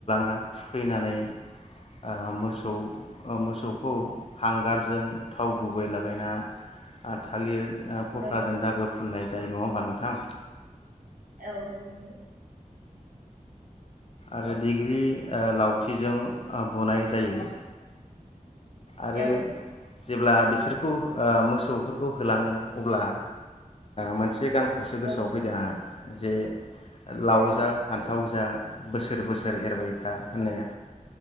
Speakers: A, on the left (about 45°); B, on the right (about 85°).
A: बा थुखैनानै ओ मोसौ औ ओ मोसौखौ हांगारजों थाव गुबै लागायना आ थालिर ओ फस्लाजों
B: औ
A: दागो फुननाय जायो नङा होमबा नोंथां?
B: औ नोंगौ।
A: आरो दिग्रि ओ लावथिजों ओ बुनाय जायो। आरो
B: औ
A: जेब्ला बिसोरखौ ओ मोसौफोरखौ होलाङो अब्ला मोनसे ओ गान खौसो
B: औ
A: गोसोआव फैदों आंहा। जे लाव
B: औ
A: जा फान्थाव जा बोसोर बोसोर एरबाय था होननाया